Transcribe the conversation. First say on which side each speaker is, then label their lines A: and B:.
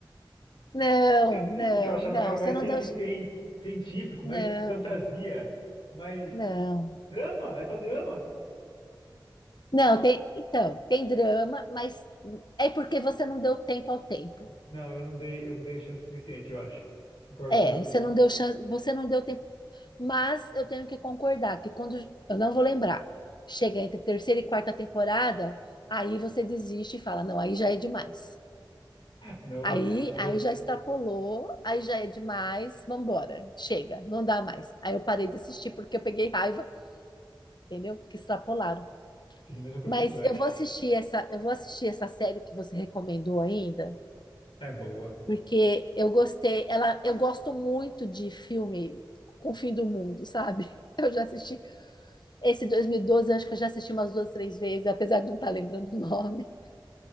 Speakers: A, on the left; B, on the left.
A: Não,
B: <laughs>
A: não,
B: Porque eu achava
A: não,
B: que era mais
A: você não
B: cien,
A: deu.
B: cien, científico,
A: Não,
B: mais fantasia, mais
A: não.
B: drama, é só drama.
A: Não, tem, então, tem drama, mas é porque você não deu tempo ao tempo.
B: Não, eu não dei, eu não dei chance suficiente, eu acho. Concordo
A: É,
B: com você.
A: você não deu chance, você não deu tempo. Mas eu tenho que concordar que quando, eu não vou lembrar, chega entre terceira e quarta temporada, aí você desiste e fala, não, aí já é demais.
B: <laughs> Noah,
A: Aí,
B: você
A: aí
B: já
A: já extrapolou, aí já é demais, vambora, chega, não dá mais. Aí eu parei de assistir porque eu peguei raiva, entendeu? Porque extrapolaram.
B: fez a mesma coisa
A: Mas
B: com o Flash.
A: eu vou assistir essa, eu vou assistir essa série que você recomendou ainda.
B: É boa.
A: Porque eu gostei, ela, eu gosto muito de filme com o fim do mundo, sabe? <laughs> Eu já assisti esse 2012, eu acho que eu já assisti umas duas, três vezes, apesar de não estar lembrando o nome.